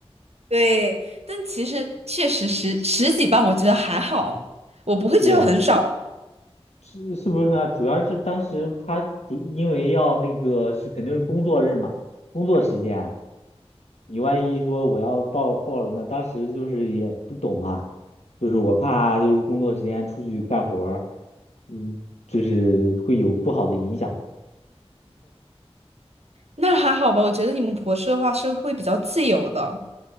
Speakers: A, on the right; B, on the left.
A: 对，但其实确实十十几磅，我觉得还好，我不会觉得很少啊，
B: 对呀，是是不是啊？主要是当时他主因为要那个是肯定是工作日嘛，工作时间。你万一说我要报报了那当时就是也不懂嘛，就是我怕就是工作时间出去干活儿，嗯，就是会有不好的影响。
A: 那还好吧。我觉得你们博士的话是会比较自由的，